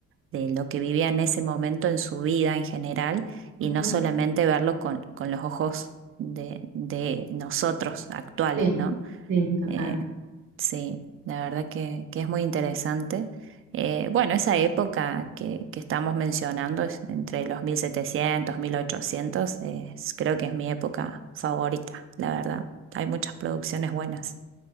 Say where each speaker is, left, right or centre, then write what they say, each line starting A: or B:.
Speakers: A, on the right (about 45°); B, on the right (about 65°).
A: de lo que vivía en ese momento en su vida en general
B: ujú,
A: y no solamente verlo con, con los ojos de, de nosotros actuales,
B: sí,
A: ¿no?
B: sí, total.
A: Eh, sí, la verdad que, que es muy interesante. Eh, bueno, esa época que, que estamos mencionando, es entre los 1700, 1800, es- creo que es mi época favorita, la verdad. Hay muchas producciones buenas.